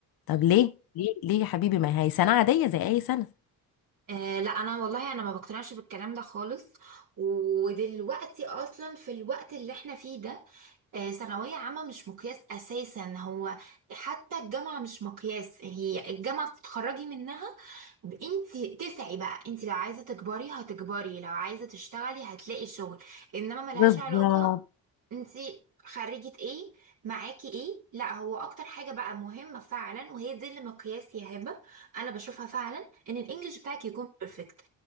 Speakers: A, on the left; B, on the right.
A: طب ليه ليه ليه يا حبيبي ما هي سنه عاديه زي اي سنه
B: آه لا انا والله انا ما بقتنعش بالكلام ده خالص ودلوقتي اصلا في الوقت اللي احنا فيه ده آه ثانوية عامة مش مقياس اساسا هو حتى الجامعة مش مقياس هي الجامعة بتتخرجي منها انتي تسعي بقى انتي لو عايزة تكبري هتكبري لو عايزة تشتغلي هتلاقي شغل انما ملهاش
A: بالظبط
B: علاقة انتي خريجة ايه معاكي ايه لا هو اكتر حاجة بقى مهمة فعلا وهي دي اللي مقياس يا هبة انا بشوفها فعلا ان الانجليش بتاعك يكون بيرفكت